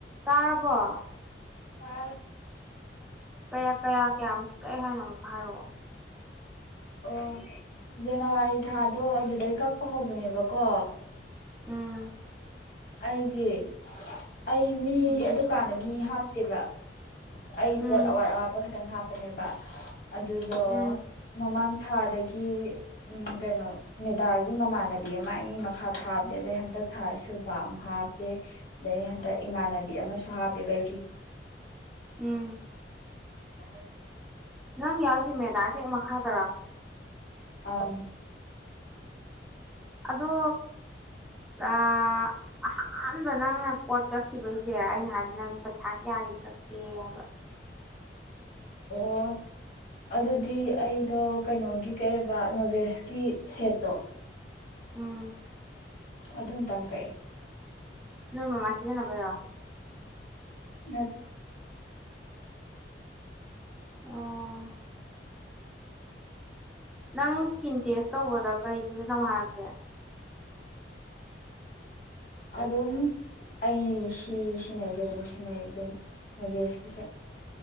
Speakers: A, in the centre; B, on the left.
A: ꯇꯥꯔꯔꯕ
B: ꯑ
A: ꯀꯌꯥ ꯀꯌꯥ ꯀꯌꯥꯃꯨꯛ ꯀꯩ ꯍꯥꯏꯅ ꯑꯃꯨꯛ ꯍꯥꯏꯔꯛꯑꯣ
B: ꯑꯣ ꯖꯅꯋꯥꯔꯤ ꯊꯥꯗꯣ ꯑꯗꯨꯗꯩ ꯀꯛꯄ ꯍꯧꯕꯅꯦꯕꯀꯣ
A: ꯎꯝ
B: ꯑꯩꯒꯤ ꯑꯩ ꯃꯤ
A: ꯎꯝ
B: ꯑꯗꯨꯀꯥꯟꯗ ꯃꯤ ꯍꯥꯞ ꯇꯦꯕ ꯑꯩ
A: ꯎꯝ
B: ꯄꯣꯠ ꯑꯋꯥꯠ ꯑꯋꯥꯠꯄ ꯈꯛꯇꯪ ꯍꯥꯞꯄꯅꯦꯕ ꯑꯗꯨꯗꯣ
A: ꯎꯝ
B: ꯃꯃꯥꯡ ꯊꯥꯗꯒꯤ ꯎꯝ ꯀꯩꯅꯣ ꯃꯦꯗꯥꯒꯤ ꯃꯃꯥꯟꯅꯕꯤ ꯑꯃ ꯑꯩꯒꯤ ꯃꯈꯥ ꯊꯥꯕꯗ ꯑꯗꯩ ꯍꯟꯗꯛ ꯊꯥ ꯁꯜꯕ ꯑꯃꯨꯛ ꯍꯥꯞꯄꯦ ꯑꯗꯩ ꯍꯟꯗꯛ ꯏꯃꯥꯟꯅꯕꯤ ꯑꯃꯁꯨ ꯍꯥꯞꯄꯦꯕꯩꯒꯤ
A: ꯎꯝ
B: ꯑ
A: ꯅꯪ ꯌꯥꯎꯔꯤꯁꯤ ꯃꯦꯗꯥ ꯍꯦꯛ ꯃꯈꯥꯗꯔ
B: ꯑꯥ
A: ꯑꯗ ꯑ ꯑꯥꯟꯕꯕ ꯅꯪꯅꯦ ꯄꯣꯠ ꯀ ꯀꯛꯈꯤꯕꯩꯁꯦ ꯑꯩꯅ ꯍꯥꯏꯁꯤꯅ ꯄꯩꯁꯥ ꯀꯌꯥꯒꯤ ꯀꯛꯀꯦ ꯍꯥꯏꯕ
B: ꯑꯣ ꯑꯗꯨꯗꯤ ꯑꯩꯗꯣ ꯀꯩꯅꯣꯒꯤ ꯀꯛꯑꯕ ꯅꯣꯚꯦꯁꯀꯤ ꯁꯦꯠꯇꯣ
A: ꯎꯝ
B: ꯑꯗꯨꯝ ꯇꯪ ꯀꯩꯑꯦ
A: ꯅꯣꯏ ꯃꯃꯥꯏꯁꯤꯗ ꯅꯕꯔꯣ
B: ꯅꯠ
A: ꯑꯣ ꯅꯪ ꯏꯁꯀꯤꯟ ꯇꯦꯁ ꯇꯧꯕꯗ ꯀꯔꯤ ꯁꯤꯖꯤꯟꯅꯧ ꯍꯥꯏꯔꯛꯀꯦ
B: ꯑꯗꯨꯝ ꯑꯩ ꯁꯤ ꯁꯤꯖꯤꯟꯅꯩꯁꯦ ꯑꯗꯨꯝ ꯁꯤꯖꯤꯟꯅꯩ ꯀꯩꯅꯣ ꯅꯕꯁꯀꯤꯁꯦ